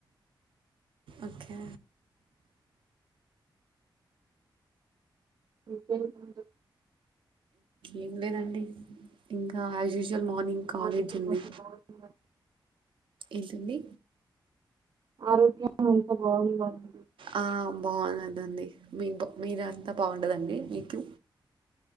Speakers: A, on the right (about 80°); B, on the right (about 55°).
A: ఓకే
B: ఇంకేం అండి
A: ఏం లేదండి ఇంకా ఆజ్యూస్వల్ మార్నింగ్ కాలేజ్
B: ఆరోగ్యం
A: ఉంది
B: అంత బాగుందా
A: ఏంటి అండి
B: ఆరోగ్యం అంత బాగుందా అండి
A: ఆ బాగున్నదండి మీ మీరంతా బాగుంటదండి మీకు